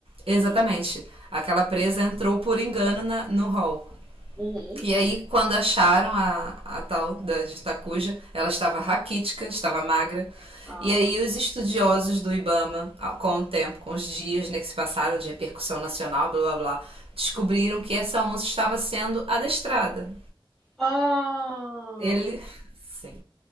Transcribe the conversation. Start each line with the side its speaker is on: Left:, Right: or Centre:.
Centre: Uhum,
Right: Exatamente. Aquela presa entrou por engano na, no hall.
Centre: uhum.
Right: E aí, quando acharam a, a tal da de Itacuja, ela estava raquítica, estava magra.
Centre: Ah.
Right: E aí, os estudiosos do Ibama, com o tempo, com os dias né, que se passaram de repercussão nacional, blá blá blá, descobriram que essa onça estava sendo adestrada.
Centre: Ah!
Right: Ele. <laughs> Sim.